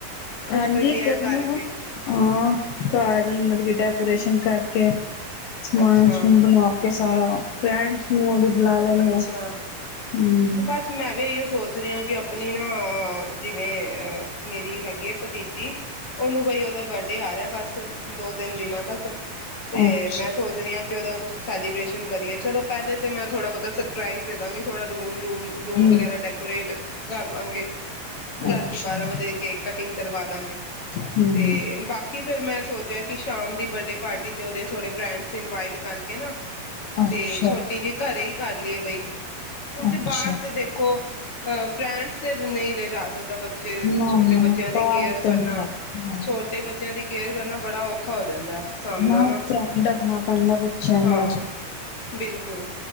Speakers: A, on the left; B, on the left.
A: ਕੁਛ
B: ਹਾਂਜੀ,
A: ਪ੍ਰੀਪੇਅਰ
B: ਕਰਨਿਆ
A: ਕਰਕੇ
B: ਹਾਂ ਘਰ ਹੀ ਮਤਲਬ ਕਿ ਡੈਕੋਰੇਸ਼ਨ ਕਰਕੇ। ਸਮਾਨ-ਸਮੂਨ
A: ਅੱਛਾ
B: ਬਣਾ ਕੇ। ਹਾਂ ਫਰੈਂਟਸ ਨੂੰ ਵੀ ਬੁਲਾ ਲੈਂਨੇ
A: ਅੱਛਾ,
B: ਆ। ਹੂੰ,
A: ਤੇ ਬਸ ਮੈਂ ਵੀ ਇਹੋ ਸੋਚ ਰਹੇ ਹਾਂ, ਕਿ ਆਪਣੀ ਨਾ ਜਿਵੇਂ ਮੇਰੀ ਹੈਗੀ ਹੈ, ਭਤੀਜੀ ਉਹਨੂੰ ਬਈ ਉਹਦਾ ਬਰਡੇ ਆ ਰਿਹਾ ਬਸ ਦੋ-ਤਿੰਨ ਦਿਨਾਂ ਤੱਕ ਤੇ
B: ਅੱਛਾ,
A: ਮੈਂ ਸੋਚ ਰਹੀ ਹਾਂ ਕਿ ਉਹਦਾ ਕੁਛ ਸੈਲੀਬ੍ਰੇਸ਼ਨ ਕਰੀਏ ਚਲੋ ਪਹਿਲੇ ਤਾਂ ਮੈਂ ਥੋੜ੍ਹਾ ਬਹੁਤਾ ਸ ਸਰਪਰਾਈਜ ਦੇ ਦਾਂਗੇ ਥੋੜਾ ਰੂਮ ਰੂ ਰੂਮ
B: ਹੂੰ।
A: ਵਗੈਰਾ ਡੈਕੋਰੇਟ ਕਰ ਲਾਂਗੇ,
B: ਅੱਛਾ
A: ਰਾਤੀ ਬਾਰਾਂ ਵਜੇ ਕੇਕ ਕਟਿੰਗ ਕਰਵਾ ਦਾਂਗੇ
B: ਹੂੰ
A: ਤੇ ਬਾਕੀ ਫੇਿਰ ਮੈਂ ਸੋਚ ਕਿ ਸ਼ਾਮ ਦੀ ਬਰਡੇ ਪਾਰਟੀ ਤੇ ਉਹਦੇ ਥੋੜੇ ਫਰੈਂਡਸ ਇਨਵਾਈਟ ਕਰਕੇ ਨਾ
B: ਅੱਛਾ
A: ਤੇ ਛੋਟੀ ਜਿਹੀ ਘਰੇ ਦੀਏ ਬਈ ਕਿਉਂਕਿ
B: ਅੱਛਾ
A: ਬਾਹਰ ਦੇ ਦੇਖੋ ਅ ਫਰੈਂਡਸ ਤੇ ਨਹੀਂ ਲੈ ਜਾ ਸਕਦਾ ਬੱਚਾ ਬੱਚੇ
B: ਨਾ ਨਾ
A: ਛੋਟੇ ਬੱਚਿਆਂ ਦੀ
B: ਬਾਹਰ
A: ਕੇਅਰ
B: ਤੇ
A: ਕਰਨਾ
B: ਨੀ ਲੱਗਦੀਆਂ
A: ਛੋਟੇ ਬੱਚਿਆਂ ਦੀ ਕੇਅਰ ਕਰਨਾ ਬੜਾ ਔਖਾ ਹੋ ਜਾਂਦਾ। ਸਾਹਮਣਾ
B: ਨਾਲ
A: ਨਾ
B: ਧਿਆਨ ਰੱਖਣਾ ਪੈਂਦਾ ਬੱਚਿਆਂ
A: ਹਾਂ
B: ਦਾ ਅਜ
A: ਬਿਲਕੁਲ